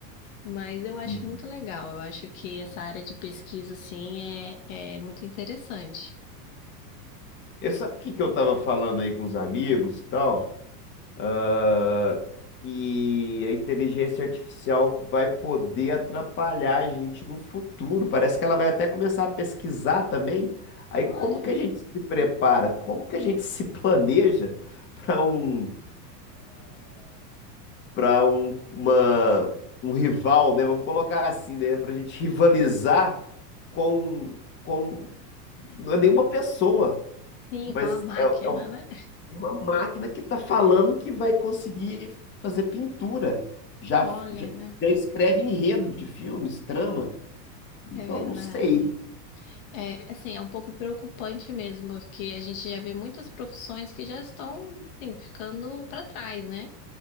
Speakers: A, on the left; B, on the left.
A: Mas eu acho
B: Uhum.
A: muito legal. Eu acho que essa área de pesquisa, assim, é, é muito interessante.
B: Eu sabe o que que eu tava falando aí com os amigos e tal? ah, que a inteligência artificial vai poder atrapalhar a gente no futuro. Parece que ela vai até começar a pesquisar também. Aí
A: Olha,
B: como que a gente se prepara? Como que a gente se planeja para um para um, uma- um rival, né? Vamos colocar assim, né? Para a gente rivalizar com com não é nenhuma pessoa,
A: sim, com
B: mas
A: a máquina,
B: é, é
A: né?
B: uma máquina que está falando que vai conseguir fazer pintura. Já,
A: Olha,
B: já,
A: né?
B: já escreve enredo de filmes, trama. Então,
A: É verdade.
B: não sei.
A: É, assim, é um pouco preocupante mesmo, porque a gente já vê muitas profissões que já estão, assim, ficando para trás, né?